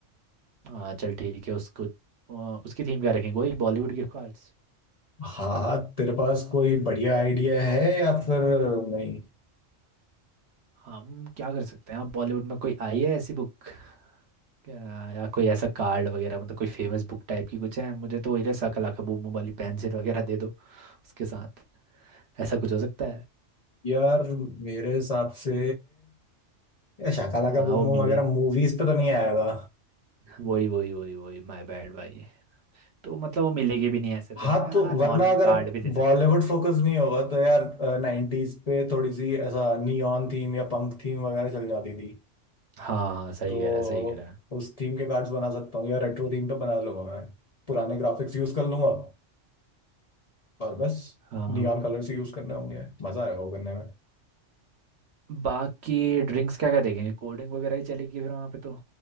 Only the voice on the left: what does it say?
हाँ तेरे पास कोई बढ़िया आइडिया है या फिर नहीं
यार मेरे हिसाब से या शाकाला
का बूम
बूम
वगैरह मूवीज पे तो नहीं आएगा
हाँ
तो
वरना अगर
बॉलीवुड
फोकस नहीं होगा तो यार नाइन्टीज पे थोड़ी सी ऐसा नियॉन थीम या पंक थीम वगैरह चल जाती थी
तो
उस थीम के कार्ड्स बना सकता हूँ या रेट्रो थीम पे बना लूंगा मैं पुराने ग्राफिक्स यूज कर लूंगा और बस
नियॉन कलर्स यूज करने होंगे मजा आएगा वो करने में